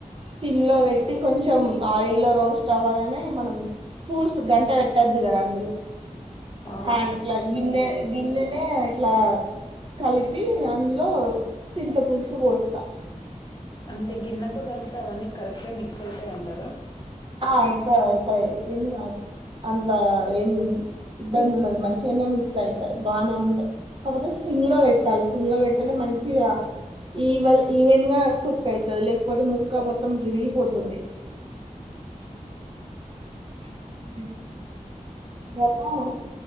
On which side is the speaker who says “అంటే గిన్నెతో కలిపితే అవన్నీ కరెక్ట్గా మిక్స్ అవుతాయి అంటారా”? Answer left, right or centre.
Left